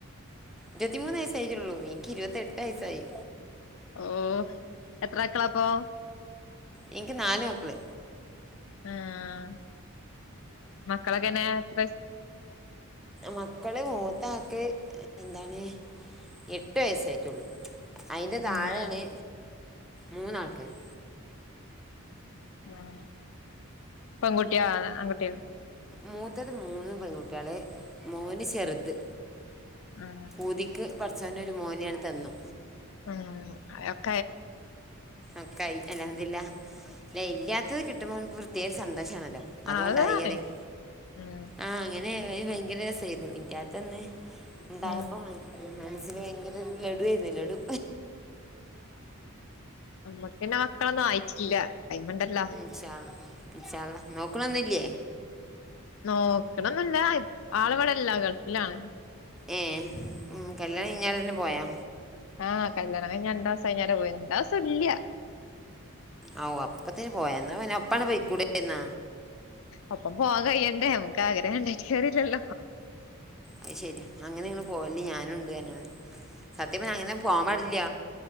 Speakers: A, in the centre; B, on the left (about 65°).
A: ഇരുപത്തിമൂന്ന് വയസ്സായിറ്റൊള്ളൂ ഇനിക്ക് ഇരുപത്തി എട്ട് വയസ്സായി.
B: ഓഹ് എത്ര അക്കളാപ്പൊ?
A: ഇനിക്ക് നാല് മക്കള്.
B: ആഹ് മക്കളൊക്കെന്നെ എത്രയസ്
A: മക്കള് മൂത്താക്ക് എന്താണ് എട്ട് വയസായിറ്റൊള്ളു. അയിന്റെ താഴേണ്
B: ആഹ്
A: മൂന്നാൾക്കാര്.
B: ഉം പെണ്കുട്യോ ആ ആകുട്ടിയ
A: മൂത്തത് മൂന്ന് പെൺകുട്ട്യാ മോന് ചെറുത്
B: ആഹ്
A: ഊതിക്ക് പഠിച്ചന ഒരു മോനിയാണ് തന്നു
B: ആഹ്.
A: ഒക്കായി അൽഹംദുലില്ലാഹ്. അതെ ഇല്ലാത്തത് കിട്ടുമ്പോ മക്ക്ര് പ്ത്യേക സന്തോഷാണല്ലോ അതുകൊണ്ടാ
B: അതാണ്
A: എറേം
B: ഉം
A: ആഹ്. ഇങ്ങനെ വയങ്കരസയിരുന്നു ഇല്യതൊന്ന് ഇണ്ടായപ്പോ
B: ഉം
A: മന മനസ്സില് വയൻ ലഡയിന്നു ലഡു.
B: നമ്മക്കിന്നെ മക്കളൊന്നായിട്ടില്ല ടൈമ്ണ്ടല്ലോ.
A: ൻശാഅല്ലാഹ്‌ ഇൻശാഅല്ലാഹ്‌ നോക്ണൊന്നുല്യേ?
B: നോക്കണന്നില്ല ആളവടെല്ലാ ഗൾഫി ലാണ്.
A: ഏഹ് ഉം കല്യാണഴഞ്ഞാ തന്നെ പോയാ?
B: ആഹ് കല്യാണ കഴിഞ്ഞണ്ടാസഴിഞ്ഞലേ പോയെ രണ്ടാസോല്യ.
A: ഓ അപ്പത്തേന് പോയ ഇന്നാ ന്നെ ഒപ്പണ് പെയ്ക്കൂടെരുന്ന?
B: ഒപ്പം പോവാൻ കഴിയണ്ടേ അമുക്ക് ആഗ്രഹണ്ടായിട്ട് കാര്യേല്ലല്ലോ.
A: അയ് ശരി അങ്ങനെങ്ങള് പോവല്ലിം ഞാനുണ്ട്ന്നറഞാതി സത്യപ്പന് അങ്ങനെ പോവാൻ പാടില്ല.